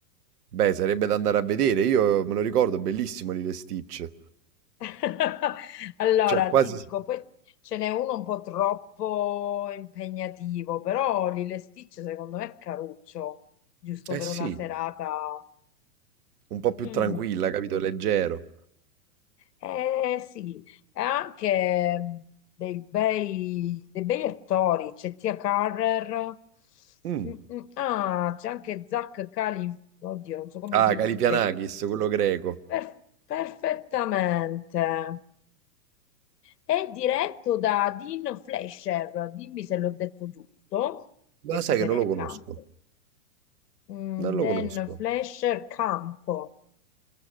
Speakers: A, on the right; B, on the left.
A: Beh, sarebbe da andare a vedere, io me lo ricordo, bellissimo Lilo e Stitch.
B: <laughs> Allora,
A: Cioè, quasi...
B: ti dico, poi ce n'è uno un po' troppo impegnativo, però Lilo e Stitch secondo me è caruccio, giusto
A: Eh
B: per
A: sì,
B: una serata.
A: un po' più
B: Mm.
A: tranquilla, capito? Leggero.
B: Eh sì, e anche mh, dei bei, dei bei attori, c'è Tia Carrer,
A: Mm.
B: Mm, mm, ah, c'è anche Zach Cali, oddio, non so come
A: Ah,
B: si
A: Calipianakis,
B: dice,
A: quello greco.
B: Per- perfettamente. È diretto da Dean Flesher, dimmi se l'ho detto giusto,
A: Ma
B: che tu
A: sai
B: sei
A: che non
B: nel
A: lo conosco,
B: campo. Mm,
A: non lo
B: Dan
A: conosco,
B: Flesher Campo.